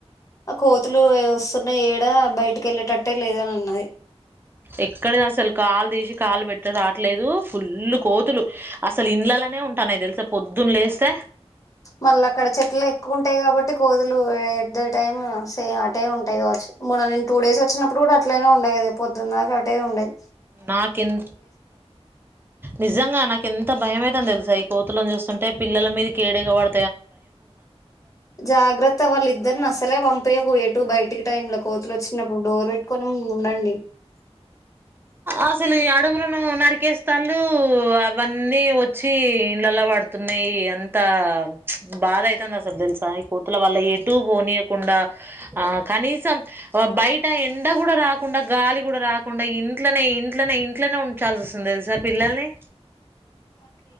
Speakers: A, on the left (about 30°); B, on the right (about 20°).
A: ఆ కోతులు ఏ వస్తున్నా ఏడా బయటకి ఎల్లేటట్టే లేదని అన్నారు.
B: ఎక్కడ దసలు కాల్ దీశె కాల్ వెట్టి రాట్లేదు ఫుల్లు కోతులు అసలు ఇండ్లలోనే ఉంటాన్నాయి తెలుస. పొద్దున్ లేస్తే
A: మళ్ళీ అక్కడ చెట్లు ఎక్కువ ఉంటాయి కాబట్టి కోతులు ఎట్ ఎ టైము సేమ్ అటే ఉంటాయి కావచ్చు. మొన్న నేను టూ డేస్ వచ్చినప్పుడు కూడా అట్లనే ఉండాయి. కదా పొద్దున దాకా అటే ఉన్నాయి.
B: నాకెన్ నిజంగా నాకు ఎంత భయంమయితాంది తెలుసా. ఈ కోతులను చూస్తుంటే పిల్లల మీద కేడెగవడ
A: జాగ్రత్త వాళ్ళిద్దరినీ అసలే పంపియకు ఇటు బయటికి టైమ్ లో కోతులు వచ్చినప్పుడు డోర్ పెట్టుకొని ఉండండి.
B: అసలు ఈ అడవులను నరికేస్తళ్ళు అవన్నీ వచ్చి ఇండ్లలా పడుతున్నాయి ఎంత బాధ అయి ఇ సద్దన సయి <inaudible> అల వల్ల ఎటుూ పోనీయకుండా ఆ కనీసం ఆ బయట ఎండ కూడా రాకుండా గాలి కూడా రాకు కాకుండా ఇంట్లోనే ఇంట్లోనే ఇంట్లోనే ఉంచాల్సి వస్తుంది తెలుసా పిల్లల్ని